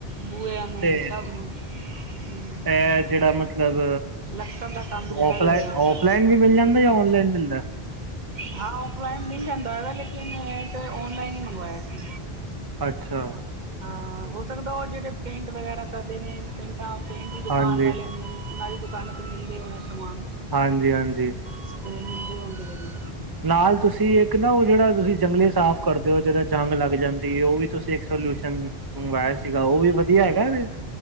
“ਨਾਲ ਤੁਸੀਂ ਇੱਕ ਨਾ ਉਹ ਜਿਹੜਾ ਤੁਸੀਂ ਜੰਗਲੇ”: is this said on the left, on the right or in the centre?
Right